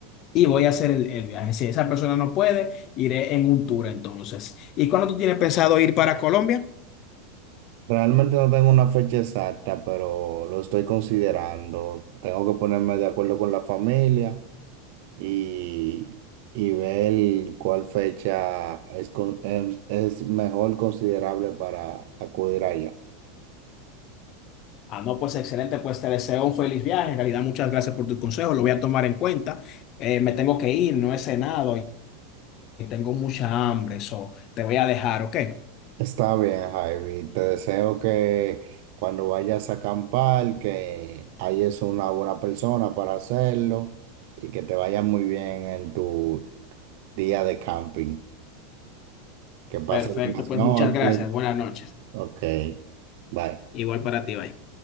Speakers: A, on the left; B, on the right.
A: Y voy a hacer el, el viaje. Si esa persona no puede, iré en un tour entonces. ¿Y cuándo tú tienes pensado ir para Colombia?
B: Realmente no tengo una fecha exacta, pero lo estoy considerando. Tengo que ponerme de acuerdo con la familia y, y ver cuál fecha es, con- es es mejor considerable para acudir allá.
A: Ah, no, pues excelente. Pues te deseo un feliz viaje. En realidad, muchas gracias por tu consejo. Lo voy a tomar en cuenta. Eh, me tengo que ir, no he cenado y y tengo mucha hambre. So, te voy a dejar, ¿ok?
B: Está bien, Javi. Te deseo que cuando vayas a acampar, que hayas una buena persona para hacerlo y que te vaya muy bien en tu día de camping. Que pases
A: Perfecto,
B: buenas
A: pues
B: noches.
A: muchas gracias. Buenas noches.
B: Ok. Bye.
A: Igual para ti, bye.